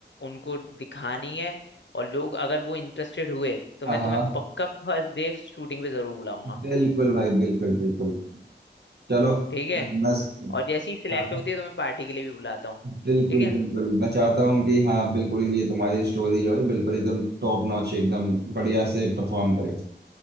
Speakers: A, on the left; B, on the right.
A: उनको दिखानी है और लोग अगर वो इंटरेस्टेड हुए तो
B: हाँ
A: मैं
B: हाँ
A: तुम्हें पक्का फर्स्ट डे शूटिंग पे जरूर बुलाऊंगा
B: बिल्कुल भाई बिल्कुल बिल्कुल चलो
A: ठीक है
B: बस बस
A: और जैसी सिलेक्ट
B: हाँ
A: होती है तो मैं पार्टी के लिए भी बुलाता हूँ
B: बिल्कुल
A: ठीक है
B: बिल्कुल मैं चाहता हूँ कि हाँ बिल्कुल ये तुम्हारी स्टोरी जो है बिल्कुल एकदम टॉप नॉच एकदम बढ़िया से परफॉर्म करे